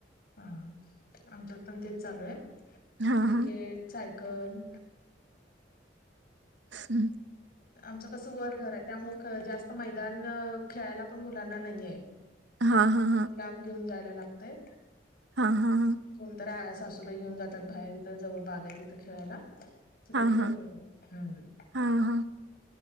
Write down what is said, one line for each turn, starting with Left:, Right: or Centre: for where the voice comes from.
Left: हा, आमच्यात पण तेच चालू आहे.
Right: हां,
Left: क्रिकेट
Right: हां.
Left: पण
Right: हम्म
Left: आमचं कसं वर घर आहे त्यामुळं जास्त मैदान खेळायला पण मुलांना नाहीये.
Right: हां, हां,
Left: लांब घेऊन जायला लागतय
Right: हा, हा, हा
Left: कोणत सासूबाई घेऊन जातात बाहेर इथं जवळ बाग आहेत इथं खेळायला. तिथं,
Right: हां,
Left: खेळून
Right: हां.
Left: येतात, हम्म
Right: हां, हां.